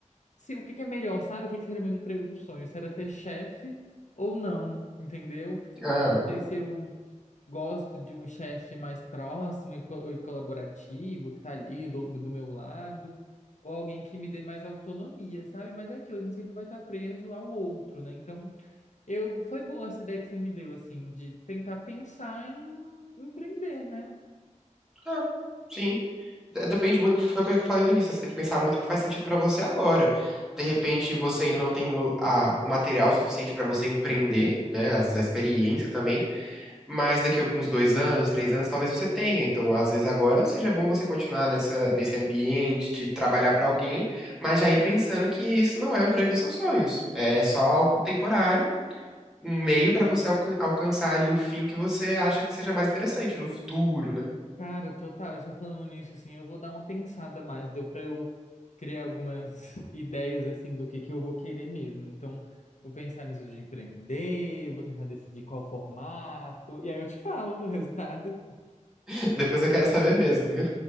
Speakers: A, on the left; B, in the centre.
A: se o que que é melhor, sabe? O que que seria meu emprego do sonho? Se era ter chefe ou não, entendeu?
B: ah,
A: Eu não sei se eu Gosto de um chefe mais próximo e, co- e colaborativo, que tá ali do, do meu lado, ou alguém que me dê mais autonomia, sabe? Mas é aquilo, a gente sempre vai estar preso ao outro, né? Então, eu foi boa essa ideia que você me deu, assim, de tentar pensar em empreender, né?
B: ah, sim. De- Depende muito do que foi o que eu falei no início. Você tem que pensar muito o que faz sentido pra você agora. De repente, você ainda não tem o, a- o material suficiente pra você empreender, né? Às vezes a experiência também. Mas daqui a alguns dois anos, três anos, talvez você tenha. Então, às vezes agora seja bom você continuar nessa, nesse ambiente de trabalhar para alguém, mas já ir pensando que isso não é o emprego dos seus sonhos. É só algo temporário, um meio para você alcan- alcançar ali o fim que você acha que seja mais interessante no futuro, né?
A: Cara, total, e você falando nisso, assim, eu vou dar uma pensada mais, deu pra eu criar algumas <laughs> ideias, assim, do que que eu vou querer mesmo. Então, vou pensar nisso de empreender, vou tentar decidir qual formato, e aí eu te <laughs> falo o resultado.
B: <laughs> Depois eu quero saber mesmo, viu?